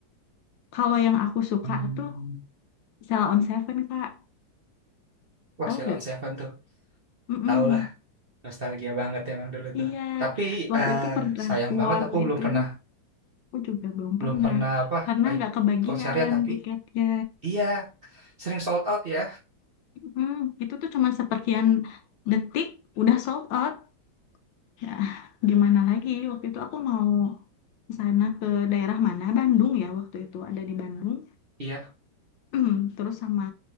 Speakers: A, on the left; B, on the right.
A: Kalau yang aku suka
B: Hmm.
A: tuh Sell on Seven Kak,
B: Wah,
A: tahu
B: Ceylon
A: gak?
B: Seven tuh.
A: Mm-mm.
B: Tau lah, nostalgia banget emang dulu
A: Iya,
B: tuh. Tapi
A: waktu
B: eh,
A: itu pernah
B: sayang
A: war
B: banget aku
A: itunya,
B: belum pernah
A: aku juga belum
B: belum
A: pernah
B: pernah apa
A: karena nggak
B: ikut
A: kebagian
B: konsernya tapi
A: tiketnya.
B: iya sering sold out ya.
A: Mm, itu tuh cuma seperkian detik udah sold out. Ya, gimana lagi? Waktu itu aku mau sana ke daerah mana? Bandung ya waktu itu ada di Bandung.
B: Iya,
A: Mm, terus sama